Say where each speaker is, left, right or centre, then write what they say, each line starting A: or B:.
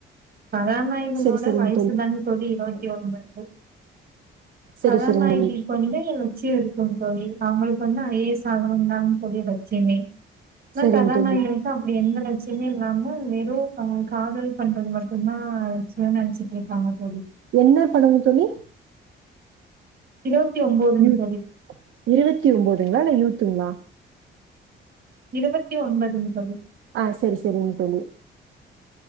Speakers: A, on the right; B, on the right.
A: ககநாயகனோட
B: செரி செரிங்
A: வயசு தாங்க தோழி இருவத்தி ஒன்பது
B: செரி
A: கதாநாயகி
B: செரிங் தோழி
A: வந்து என் லட்சியம் இருக்கும் தோழி அவங்களுக்கு வந்து ஐ ஏ எஸ் ஆகனும்னு தா தோழி லட்சியமே அதா
B: சரிங்க
A: கதநாயகி
B: தோழி
A: அப்டி எந்த லட்சியமே இல்லாம வெறும் காதல் பண்றது மட்டுந்தா எதனா நெனச்சிட்டே இருப்பாங்க தோழி
B: என்ன படங்க தோழி
A: இருவத்தி ஒம்போதுங்க
B: யூ
A: தோழி
B: இருவத்தி ஒம்போதுங்களா இல்ல யூத்துங்களா
A: இருவத்தி ஒம்போதுங்க தோழி
B: ஆ சரி சரிங்க தோழி